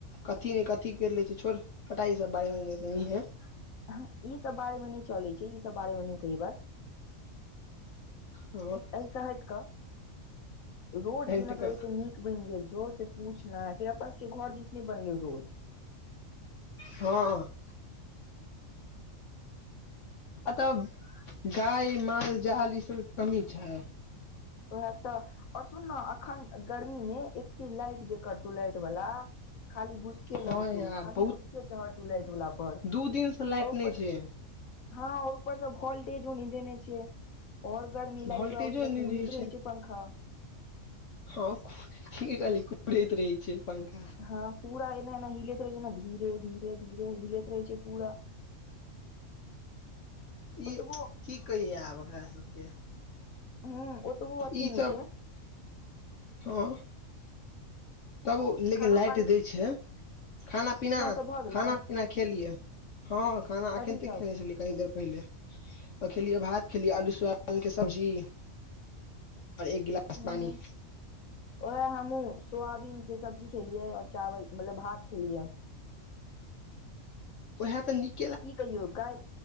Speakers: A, on the left; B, on the left.
A: कथी ने कथी करि लै छै छोड फटाई सब बारेमे जतनी ह
B: ह ई सब बारे मे न चले छै ई सब बारे मे न कही ब
A: ह
B: कहस हट रोड
A: हट
B: जे मतलब
A: क
B: एते नीक बनि गेल छौ से पूछना फेर अपन सबके घर जिसने बनले रो
A: हँ अ त गाय माल जाल ई सब कमी छ
B: उएह तऽ आओर सुन ने एखन गर्मीमे एके लाइट जे करतू लाइट बल खाली बुस
A: हँ
B: लगतू
A: यार
B: खाली
A: बहुत
B: घुसके चहढ़तू लाइट वाला पर
A: दू दिन से लाइट
B: आ ऊपर
A: नै छै
B: हँ आओर उपरसँ भल्टेजो नैदेने छै आओर गर्मी लाइटो
A: वोल्टेजो
B: आबै छै तऽ
A: नै
B: कुंहरी
A: रहै छै
B: पंखा
A: हँ ठीके कहली कुढ़ैत रहै छै पंखा
B: हँ पूरा एना एना हिलैत रहै छै धीरे धीरे धीरे हिलैत रहै छै पूरा <inaudible>
A: ई
B: ओतबो
A: की कहियै आब ओकरा सबके
B: हूँ ओतबो अथी
A: ई
B: नहि
A: सब
B: छै
A: हँ तब ओ लेकिन
B: खाना
A: लाइट
B: पानी
A: दै छै खाना पीना
B: सब भऽ गेलौ
A: खेलियै हँ खाना
B: कथी
A: अखन ते
B: सब
A: खेने छलियै की देर पहिले खेलिय भात खेलियै आलू स रंग के सब्जी आओर एक गिलास
B: हूँ
A: पानी
B: ओहे हमहूँ सोयबीन के सब्जी खेलियै और चावल मतलब भात खेलियै
A: ओएह तऽ नीक
B: की कहियौ काल्हि